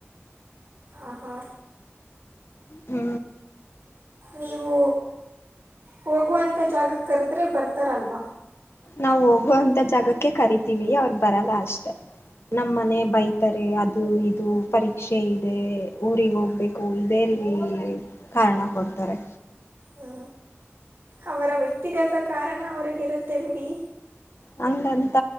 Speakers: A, on the right; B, on the left.
A: ಆಹಾ
B: ಹ್ಮ್
A: ನೀವು ಹೋಗುವಂಥ ಜಾಗಕ್ ಕರ್ದ್ರೆ ಬರ್ತಾರಲ್ವ.
B: ನಾವು ಹೋಗುವಂತ ಜಾಗಕ್ಕೆ ಕರಿತೀವಿ ಅವ್ರು ಬರಲ್ಲ ಅಷ್ಟೆ. ನಮ್ಮನೆ ಬೈತಾರೆ ಅದು ಇದು ಪರೀಕ್ಷೆ ಇದೆ ಊರಿಗ್ ಹೋಗ್ಬೇ ಕು ಬೇರಿ ಕಾರಣ ಕೊಡ್ತಾರೆ.
A: ಹ್ಞೂ ಅವರ ವ್ಯಕ್ತಿಗತ ಕಾರಣ ಅವರಿಗಿರುತ್ತೆ ಬಿಡಿ.
B: ಹಂಗ ಅಂತ